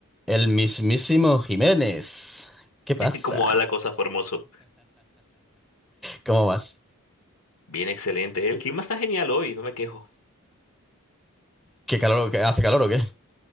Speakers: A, in the centre; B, on the left.
A: El mismísimo Jiménez. ¿Qué pasa?
B: <laughs> como va la cosa, fue hermoso.
A: ¿Cómo vas?
B: Bien, excelente. El clima está genial hoy, no me quejo.
A: ¿Qué calor, qué- hace calor o qué?